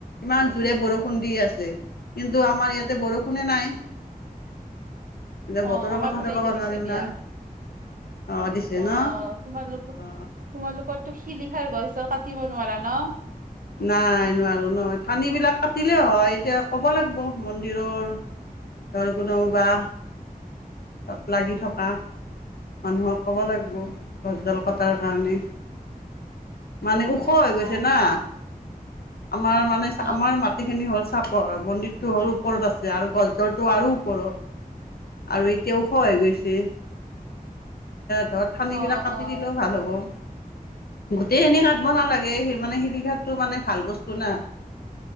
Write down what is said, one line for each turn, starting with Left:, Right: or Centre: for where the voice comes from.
Left: ইমান জোৰে বৰষুণ দি আছে কিন্তু আমাৰ ইয়াতে বৰষুণে নাই এতিয়া
Right: অ
Left: বতৰৰ
Right: আমাৰ
Left: কথাটো
Right: ফালে
Left: ক'বা
Right: এতিয়া দিছে
Left: নোৱাৰিম
Right: দিয়া
Left: না অ দিছে
Right: অ
Left: ন
Right: তোমালোক
Left: অ
Right: তোমালোকৰো শিলিখাৰ গছ কাটিব নোৱাৰা ন
Left: নাই নোৱাৰো নহয় ঠানিবিলাক কাটিলে হয় এতিয়া ক'ব লাগিব মন্দিৰৰ ধ <unintelligible> কোনও বা তাত লাগি থকা মানুহক ক'ব লাগিব গছডাল কটাৰ কাৰণে মানে ওখ
Right: অ
Left: হৈ গৈছে
Right: অ
Left: না আমাৰ মানে
Right: অ
Left: আমাৰ মাটিখিনি হ'ল চাপৰ মন্দিৰটো হ'ল ওপৰত আছে আৰু গছডলটো আৰু ওপৰত আৰু এতিয়াও খহায় <unintelligible> গৈছে ধৰক ঠানিবিলাক
Right: অ
Left: কাটি
Right: অ
Left: দিলেও ভাল হ'ব গোটেই খিনি কাটিব নালাগে সেই মানে শিলিঘাটটো মানে ভাল বস্তু না